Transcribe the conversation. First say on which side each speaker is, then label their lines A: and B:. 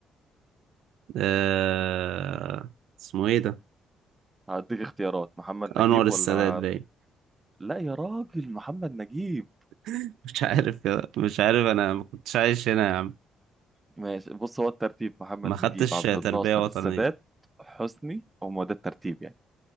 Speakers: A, on the right (about 85°); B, on the right (about 15°).
A: أه... اسمه إيه ده
B: هديك اختيارات محمد
A: أنور
B: نجيب
A: السادات
B: ولا
A: باين
B: لا يا راجل محمد نجيب
A: <laughs> مش عارف يا... مش عارف أنا ما كنتش عايش هنا يا عم
B: ماشي بص هو الترتيب محمد
A: ما خدتش
B: نجيب عبد
A: تربية
B: الناصر
A: وطنية
B: السادات حسني هم ده الترتيب يعني